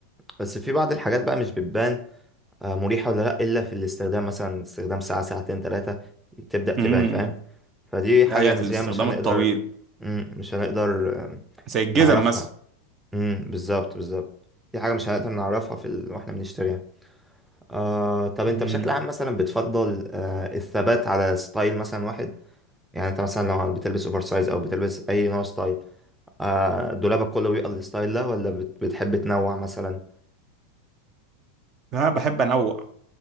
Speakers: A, in the centre; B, on the right.
A: بس في بعض الحاجات بقى مش بتبان آه، مريحة ولا لأ إلا في الاستخدام مثلا استخدام ساعة ساعتين تلاتة تبدأ تبان
B: امم
A: فاهم فدي حاجة
B: ده هي
A: نسبيا
B: في الاستخدام
A: مش هنقدر
B: الطويل
A: مم، مش هنقدر آم،
B: زي الجزم
A: نعرفها
B: مثلا
A: مم، بالظبط بالظبط دي حاجة مش هنقدر نعرفها في ال... واحنا بنشتريها آه طب انت
B: امم
A: بشكل عام مثلا بتفضل آه الثبات على ستايل مثلا واحد يعني انت مثلا لو بتلبس اوفر سايز او بتلبس اي نوع ستايل آه دولابك كله بيبقى الستايل ده ولا بت... بتحب تنوع مثلا
B: انا بحب انوع